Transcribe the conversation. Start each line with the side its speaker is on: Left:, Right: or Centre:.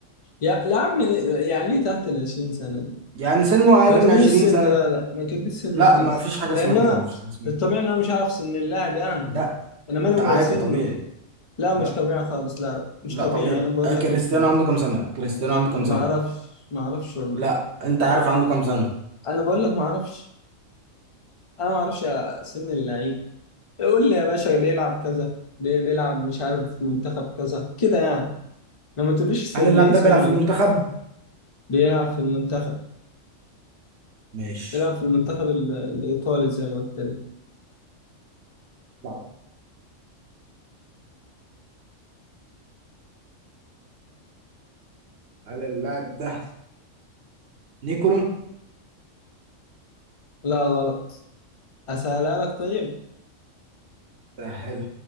Left: يا يا عم يعني ايه تحت ال 20 سنة دي؟
Right: يعني سنه أقل
Left: ما تقوليش
Right: من 20
Left: سن
Right: سنة؟
Left: لا لا ما تقوليش سن
Right: لا
Left: خالص
Right: ما فيش حاجة
Left: لان
Right: اسمها
Left: انا
Right: كده ما فيش حاجة
Left: الطبيعي ان انا مش عارف سن اللاعب يعني
Right: لا
Left: انا مالي
Right: لا
Left: ومال
Right: عادي
Left: سنه
Right: طبيعي
Left: لا مش
Right: لا
Left: طبيعي خالص لا لا مش
Right: لا
Left: طبيعي
Right: طبيعي
Left: انا بقول
Right: آه، كريستيانو
Left: لك مش طبيعي
Right: عنده كام سنة كريستيانو عنده كام
Left: ما
Right: سنة
Left: اعرفش ما اعرفش والله
Right: لا انت عارف عنده كام سنة
Left: انا بقول لك ما اعرفش انا ما اعرفش يا سن اللعيب قول لي يا باشا بيلعب كذا بي- بيلعب مش عارف في منتخب كذا كده يعني لما تقوليش سن
Right: هل اللاعب
Left: ايه
Right: ده
Left: سن
Right: بيلعب في
Left: ايه
Right: المنتخب
Left: بيلعب في المنتخب
Right: ماشي
Left: بيلعب في المنتخب ال- الايطالي زي ما قلت لك
Right: لا. هل اللاعب ده نيكولو
Left: لا غلط اسهلها لك طيب
Right: سهل